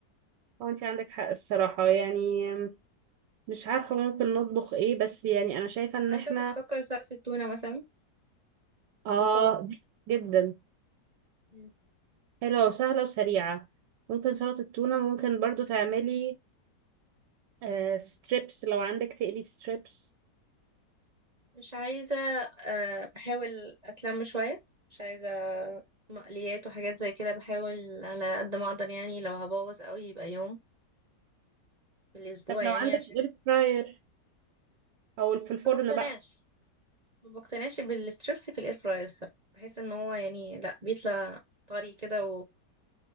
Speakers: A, on the right (about 80°); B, on the right (about 35°).
A: هو انتي عندك حق الصراحة يعني آم، مش عارفة ممكن نطبخ ايه بس يعني انا شايفة ان
B: انا
A: احنا
B: ده كنت بفكر سلطة التونة مثلا
A: اه
B: وخلاص
A: جدا
B: مم.
A: حلوة وسهلة وسريعة ممكن سلطة التونة ممكن برضو تعملي آه ستريبس لو عندك تقلي ستريبس
B: مش عايزة أه بحاول أتلم شوية مش عايزة مقليات وحاجات زي كده بحاول على قد ما أقدر يعني لو هبوظ قوي يبقى يوم في الأسبوع
A: طب لو
B: يعني
A: عندك
B: عشان
A: اير فراير او في الفرن
B: ما بقتنعش
A: بقى
B: ما بقتنعش بالستريبس في الإير فراير الصراحة بحس إن هو يعني لأ بيطلع طري كده